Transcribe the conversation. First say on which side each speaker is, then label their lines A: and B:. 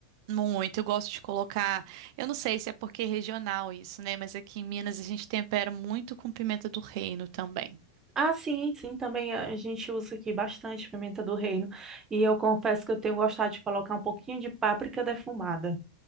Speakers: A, on the right; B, on the right.
A: Muito. Eu gosto de colocar. Eu não sei se é porque é regional isso, né? Mas aqui em Minas a gente tempera muito com pimenta do reino também.
B: Ah, sim, sim, também a gente usa aqui bastante pimenta do reino. E eu confesso que eu tenho gostado de colocar um pouquinho de páprica defumada.